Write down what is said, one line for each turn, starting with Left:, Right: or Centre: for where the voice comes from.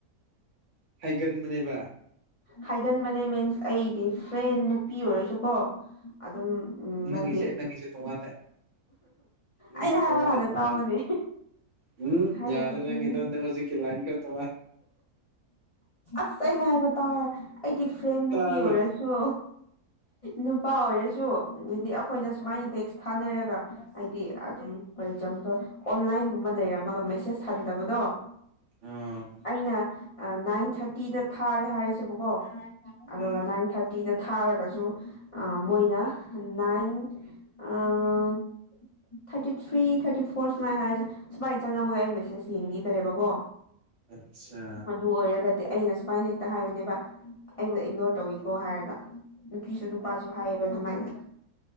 Right: ꯍꯩꯒꯟꯕꯅꯦꯕ
Left: ꯍꯥꯏꯒꯟꯕꯅꯦ ꯃꯤꯟꯁ ꯑꯩꯒꯤ ꯐ꯭ꯔꯦꯟ ꯅꯨꯄꯤ ꯑꯣꯏꯔꯁꯨꯀꯣ ꯑꯗꯨꯝ ꯎꯝ
Right: ꯅꯪꯒꯤꯁꯦ
Left: ꯍꯥꯏꯗꯤ
Right: ꯅꯪꯒꯤꯁꯦ ꯇꯣꯡꯉꯥꯜꯂꯦ ꯎꯝ
Left: ꯑꯩꯅ
Right: ꯇꯣꯡꯉꯥꯜꯂꯦ
Left: ꯍꯥꯏꯕ ꯍꯥꯟꯅ
Right: ꯇꯣꯡꯉꯥꯜꯂꯦ
Left: ꯇꯥꯎꯑꯣꯅꯦ
Right: ꯎꯝ
Left: ꯍꯥꯏꯕꯗꯤ
Right: ꯌꯥꯗ꯭ꯔꯦ ꯅꯪꯒꯤꯗꯣ ꯍꯟꯗꯛ ꯍꯧꯖꯤꯛꯀꯤ ꯂꯥꯏꯟ ꯈꯔ ꯇꯣꯡꯉꯥꯜ
Left: ꯑꯁ ꯑꯩꯅ ꯍꯥꯏꯕ ꯇꯧ ꯍꯥꯢꯔ ꯑꯩꯒꯤ ꯐ꯭ꯔꯦꯟ
Right: ꯇꯥꯔꯣꯏ
Left: ꯅꯨꯄꯤ ꯑꯣꯏꯔꯁꯨ ꯅꯨꯄꯥ ꯑꯣꯏꯔꯁꯨ ꯍꯥꯏꯗꯤ ꯑꯩꯈꯣꯏꯅ ꯁꯨꯃꯥꯏꯅ ꯇꯦꯛꯁ ꯊꯥꯅꯔꯒ ꯍꯥꯏꯗꯤ ꯑꯗꯨꯝ ꯐꯣꯔ ꯑꯦꯛꯖꯥꯝꯄꯜ ꯑꯣꯟꯂꯥꯏꯟꯒꯨꯝꯕ ꯂꯩꯔꯝꯃꯒ ꯃꯦꯁꯦꯁ ꯍꯟꯗꯕꯗꯣ
Right: ꯑꯣ
Left: ꯑꯩꯅ ꯅꯥꯏꯟ ꯊꯥꯔꯇꯤꯗ ꯊꯥꯔꯦ ꯍꯥꯏꯔꯁꯦꯕꯀꯣ
Right: ꯎꯝ
Left: ꯑꯗꯨꯒ ꯅꯥꯏꯟ ꯊꯥꯔꯇꯤꯗ ꯊꯥꯔꯒꯁꯨ ꯑ ꯃꯣꯏꯅ ꯅꯥꯏꯟ ꯑ ꯊꯥꯔꯇꯤ ꯊ꯭ꯔꯤ ꯊꯥꯔꯇꯤ ꯐꯣꯔ ꯁꯨꯃꯥꯏꯅ ꯍꯥꯏꯔꯁꯦ ꯁꯨꯃꯥꯏꯅ ꯆꯪꯉꯝꯃꯒ ꯑꯩ ꯃꯦꯁꯦꯁ ꯌꯦꯡꯕꯤꯗ꯭ꯔꯦꯕꯀꯣ
Right: ꯑꯠꯁꯥ
Left: ꯑꯗꯨ ꯑꯣꯏꯔꯒꯗꯤ ꯑꯩꯅ ꯁꯨꯃꯥꯏꯅ ꯍꯦꯛꯇ ꯍꯥꯏꯕꯅꯦꯕ ꯑꯩꯕꯨ ꯏꯛꯅꯣꯔ ꯇꯧꯋꯤꯀꯣ ꯍꯥꯏꯔꯒ ꯅꯨꯄꯤꯁꯨ ꯅꯨꯄꯥꯁꯨ ꯍꯥꯏꯌꯦꯕ ꯑꯗꯨꯃꯥꯏꯅ